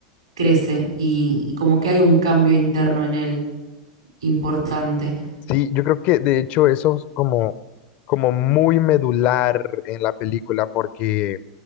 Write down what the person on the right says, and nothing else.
crece y, y como que hay un cambio interno en él importante.